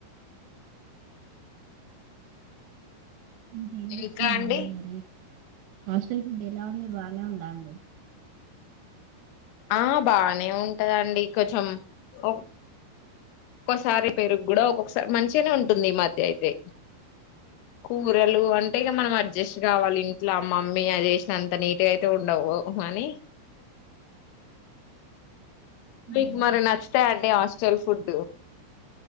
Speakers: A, on the right (about 75°); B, on the left (about 80°).
A: ఇక ఏం జేస్తున్నారండి
B: ఇంకా అండి
A: మరి హాస్టల్ ఫుడ్ ఎలా ఉంది బానే ఉందా అండి.
B: ఆ బానే ఉంటదండి కొంచెం ఒ ఒక్కసారి పెరుగు కూడా ఒక్కొక్కసారి మంచిగనే ఉంటుంది ఈ మధ్య అయితే. కూరలు అంటే ఇక మనం అడ్జస్ట్ కావాలి ఇట్లా మమ్మీ అది చేసినంత నీట్ అయితే ఉండవు అని
A: ఉమ్,
B: మీకు మరి నచ్చుతాయి అండి హాస్టల్ ఫుడ్